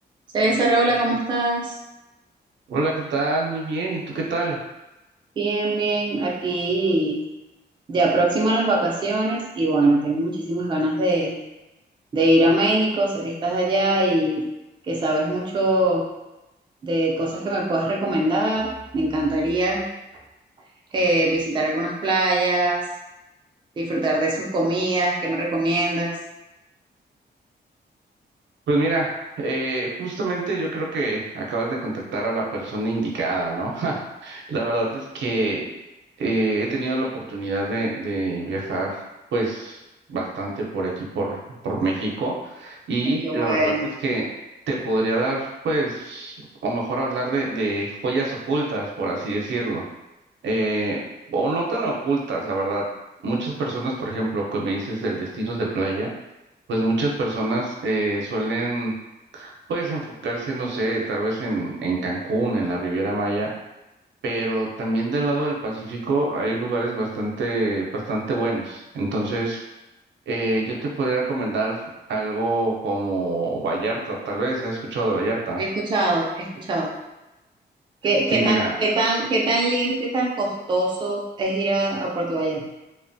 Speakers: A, on the right; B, on the right.
A: César, hola, ¿cómo estás?
B: Hola, ¿qué tal? Muy bien, ¿y tú qué tal?
A: Bien, bien, aquí ya próximo a las vacaciones y bueno, tengo muchísimas ganas de, de ir a México, sé que estás allá y que sabes mucho de cosas que me puedas recomendar. Me encantaría eh, visitar algunas playas, disfrutar de sus comidas, ¿qué me recomiendas?
B: Pues mira, eh, justamente yo creo que acabas de contactar a la persona indicada, ¿no? <laughs> La verdad es que eh, he tenido la oportunidad de, de viajar, pues, bastante por aquí, por, por México, y
A: Ay, qué bueno.
B: la verdad es que te podría dar, pues, o mejor hablar de, de joyas ocultas, por así decirlo, eh, o no tan ocultas, la verdad. Muchas personas, por ejemplo, que me dices del destinos de playa, Pues muchas personas eh, suelen, pues, enfocarse, no sé, tal vez en, en Cancún, en la Riviera Maya, pero también del lado del Pacífico hay lugares bastante, bastante buenos. Entonces, eh, yo te podría recomendar algo como Vallarta, tal vez, ¿has escuchado de Vallarta?
A: He escuchado, he escuchado. ¿Qué,
B: Sí,
A: qué
B: mira,
A: tan, qué tan, qué tan lindo, qué tan costoso es ir a, a Puerto Vallarta?